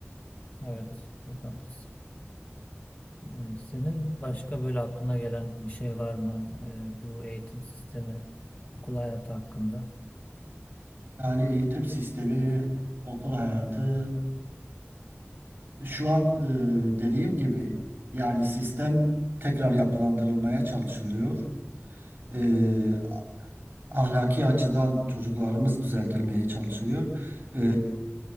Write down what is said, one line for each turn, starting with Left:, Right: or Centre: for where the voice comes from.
Left: Evet, çok haklısın. Ee, senin başka böyle aklına gelen bir şey var mı? Ee, bu eğitim sistemi, okul hayatı hakkında?
Right: Yani eğitim sistemi, okul hayatı şu an e, dediğim gibi yani sistem tekrar yapılandırılmaya çalışılıyor. e, ahlaki açıdan çocuklarımız düzeltilmeye çalışılıyor. E,